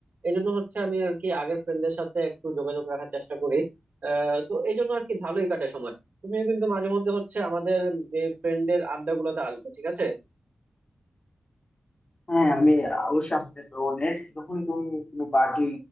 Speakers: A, on the right; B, on the left.
A: এই জন্য হচ্ছে আমি আর কি আগের ফ্রেন্ডদের সাথে একটু যোগাযোগ রাখার চেষ্টা করি আহ তো এই জন্য আর কি ভালোই কাটে সময় তুমিও কিন্তু মাঝে মধ্যে হচ্ছে আমাদের এই ফ্রেন্ডের আড্ডা গুলোতে আসবে ঠিক আছে
B: হ্যাঁ আমি অবশ্যই আপনাকে তো নেক্সট যখন তুমি কোনো পার্টি